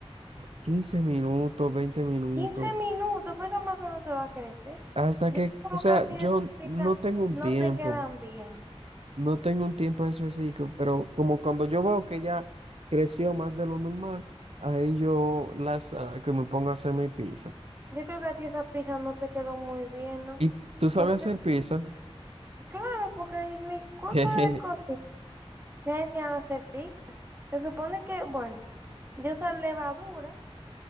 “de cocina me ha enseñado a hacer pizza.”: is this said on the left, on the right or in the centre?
Right